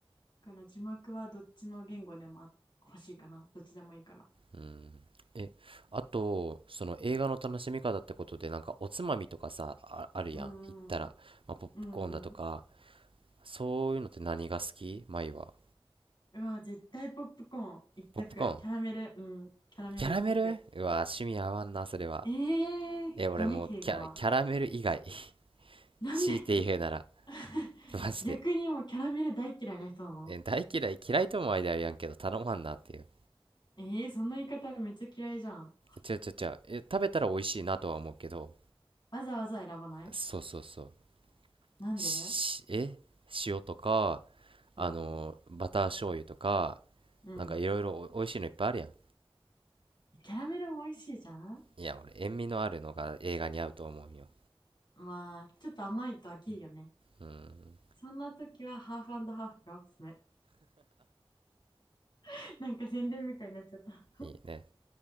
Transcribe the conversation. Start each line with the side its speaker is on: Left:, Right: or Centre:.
Left: から字幕はどっちの言語でもあ欲しいかな。どっちでもいいから。
Right: うん。え、あと、その映画の楽しみ方ってことで、なんかおつまみとかさ、あ、あるやん。
Left: うーん。
Right: 行ったら、まあ、ポップコーンだとか、
Left: うーん。
Right: そういうのって何が好き舞は。
Left: うわ、絶対ポップコーン一択。
Right: ポップコーン。
Left: キャラメル、うん。キャラメル一択。
Right: キャラメルうわ、趣味合わんな、それは。
Left: えー、
Right: え、俺もうキャ、
Left: 何敬語は。
Right: キャラメル以外。<laughs>
Left: なんで
Right: 強いて言うなら。
Left: <laughs>
Right: マジで。
Left: 逆にもうキャラメル大嫌いな人なの
Right: え、大嫌い、嫌いとも間やんけど、頼まんなっていう。
Left: えー、その言い方めっちゃ嫌いじゃん。
Right: ちょちょちょ、え、食べたら美味しいなとは思うけど、
Left: わざわざ選ばない
Right: そうそうそう。
Left: なんで
Right: し、え塩とか、あの、
Left: うん。
Right: バター醤油とか、
Left: うん。
Right: なんかいろいろお美味しいのいっぱいあるやん。
Left: キャラメルも美味しいじゃん
Right: いや、俺、塩味のあるのが映画に合うと思うんよ。
Left: まあ、ちょっと甘いと飽きるよね。
Right: うん、
Left: そんな時はハーフハーフがおすすめ。<laughs> なんか宣伝みたいになっちゃった。
Right: いいね。